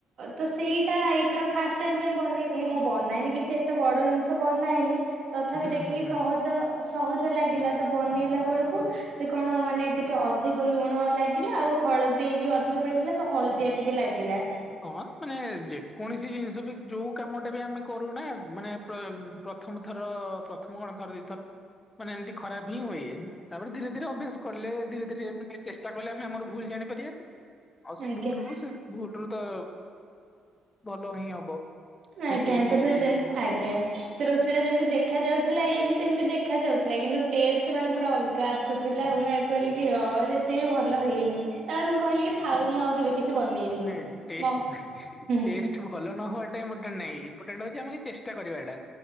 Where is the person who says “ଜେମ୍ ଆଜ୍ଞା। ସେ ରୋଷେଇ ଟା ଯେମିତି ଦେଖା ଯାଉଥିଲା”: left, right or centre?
Right